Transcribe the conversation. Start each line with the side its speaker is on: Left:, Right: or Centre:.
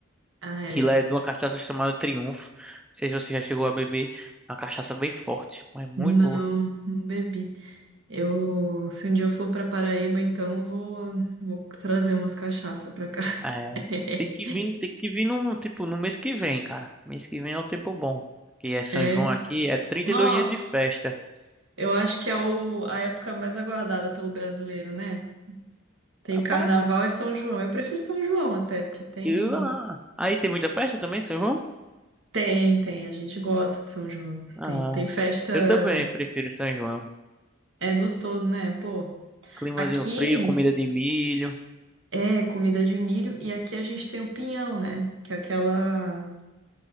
Right: Ah, é.
Centre: que lá é de uma cachaça chamada Triunfo. Não sei se você já chegou a beber. É uma cachaça bem forte, mas muito
Right: Não,
Centre: boa.
Right: não bebi. Eu, se um dia eu for pra Paraíba, então eu vou, vou trazer umas cachaça pra cá. <laughs>
Centre: É, tem que vir, tem que vir no, tipo, no mês que vem, cara. Mês que vem é o tempo bom. Que é São
Right: É.
Centre: João aqui, é 32
Right: Nossa,
Centre: dias de festa.
Right: eu acho que é o, a época mais aguardada pelo brasileiro, né? Tem
Centre: Rapaz,
Right: Carnaval e São João. Eu prefiro São João até, porque tem.
Centre: eu- ah. aí tem muita festa também, São João?
Right: Tem, tem. A gente gosta de São João.
Centre: Ah,
Right: Tem, tem festa.
Centre: eu também prefiro São João.
Right: É gostoso, né? Pô,
Centre: Climazinho
Right: aqui
Centre: frio, comida de milho.
Right: é comida de milho e aqui a gente tem o pinhão, né? Que é aquela.